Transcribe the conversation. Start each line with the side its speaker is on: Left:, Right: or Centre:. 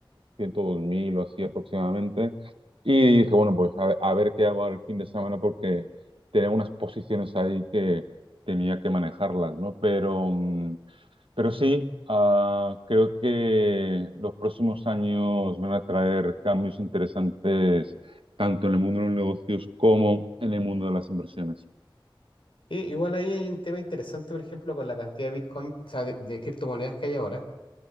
Right: ciento dos mil o así aproximadamente. Y dije, bueno, pues a, ver a ver qué hago el fin de semana porque tenía unas posiciones ahí que tenía que manejarlas, ¿no? Pero, mm, pero sí, ah, creo que los próximos años van a traer cambios interesantes tanto en el mundo de los negocios como en el mundo de las inversiones.
Left: Y igual ahí hay un tema interesante, por ejemplo, con la cantidad de Bitcoin, o sea, de, de criptomonedas que hay ahora,